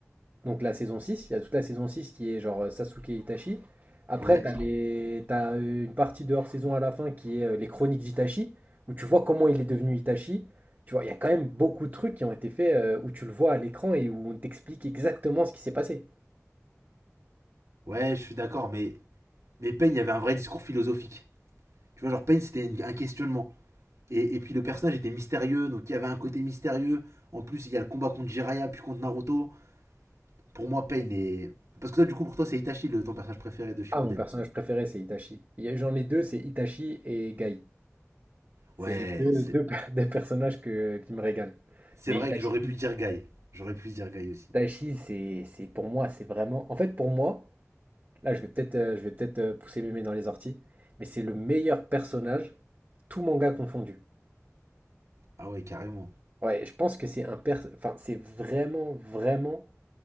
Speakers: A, on the right; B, on the right.
A: Donc la saison 6, il y a toute la saison 6 qui est genre euh, Sasuke Itachi. Après,
B: Ouais,
A: t'as les... t'as euh, une partie de hors-saison à la fin qui est euh, les chroniques d'Itachi, où tu vois comment il est devenu Itachi. Tu vois, il y a quand même beaucoup de trucs qui ont été faits euh, où tu le vois à l'écran et où on t'explique exactement ce qui s'est passé.
B: ouais, je suis d'accord, mais, mais Pain, il y avait un vrai discours philosophique. Tu vois, genre Pain, c'était une- un questionnement. Et, et puis le personnage était mystérieux, donc il y avait un côté mystérieux. En plus, il y a le combat contre Jiraiya, puis contre Naruto. Pour moi, Pain est... Parce que toi, du coup, pour toi, c'est Itachi, le, ton personnage préféré de Shippuden.
A: Ah, mon personnage préféré, c'est Itachi. Il y a- J'en ai deux, c'est Itachi et Gai. C'est
B: Ouais,
A: les deux, deux, per- <laughs> deux personnages que, qui me régalent.
B: C'est
A: Mais
B: vrai
A: Itachi,
B: que j'aurais pu dire Guy. J'aurais pu dire Guy aussi.
A: Itachi c'est, c'est pour moi, c'est vraiment... En fait, pour moi... Là, je vais peut-être euh, je vais peut-être euh, pousser mémé dans les orties, mais c'est le meilleur personnage, tout manga confondu.
B: Ah ouais, carrément.
A: Ouais, je pense que c'est un pers- enfin, c'est vraiment vraiment